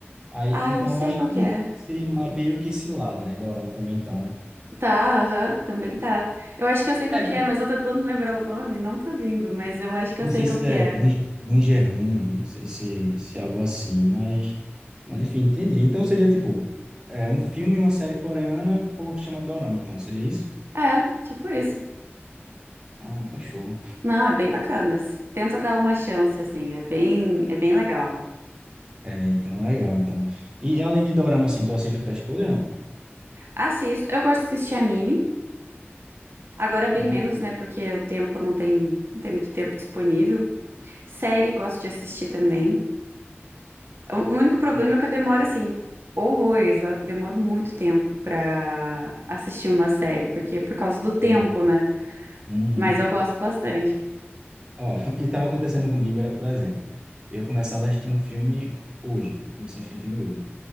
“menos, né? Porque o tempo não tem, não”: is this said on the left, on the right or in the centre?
Right